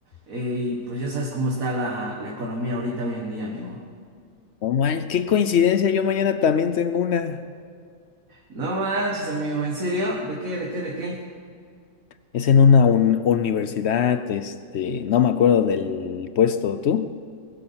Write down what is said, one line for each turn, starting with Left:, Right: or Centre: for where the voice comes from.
Right: Eh, y pues ya sabes cómo está la, la economía ahorita hoy en día, amigo.
Left: Oh, man, qué coincidencia, yo mañana también tengo una.
Right: No manches, amigo, ¿en serio? ¿De qué, de qué, de qué?
Left: Es en una un- universidad, este, no me acuerdo del puesto, ¿tú?